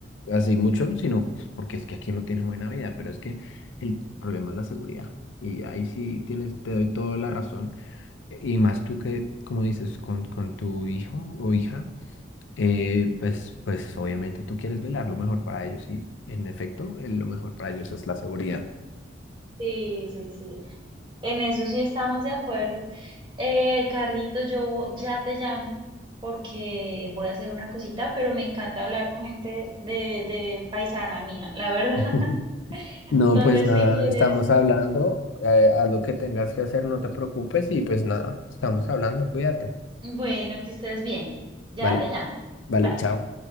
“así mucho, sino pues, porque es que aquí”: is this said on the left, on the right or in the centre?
Left